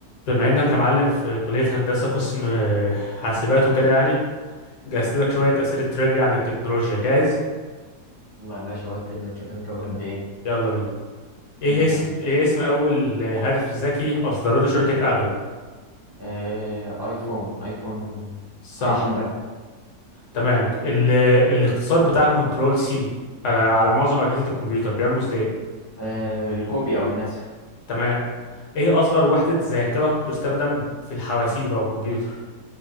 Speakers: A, on the left; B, on the right.
A: بما انك يا معلم في كلية هندسة قسم آه، حاسبات وكده يعني جهزت لك شوية أسئلة ترivia عن التكنولوجيا جاهز
B: والله يا باشا ودي ما تشوف هنجيب قد ايه
A: يلا بينا ايه
B: يلا
A: اسم
B: يا باشا
A: ايه اسم اول هاتف ذكي اصدرته شركة ابل
B: آه ايفون ايفون
A: صح
B: ايفون بس
A: تمام ال... الاختصار بتاع كنترول سي على... على معظم أجهزة الكمبيوتر بيرمز ليه
B: آه الكوبي او النسخ
A: تمام ايه اصغر وحدة ذاكرة تستخدم في الحواسيب او الكمبيوتر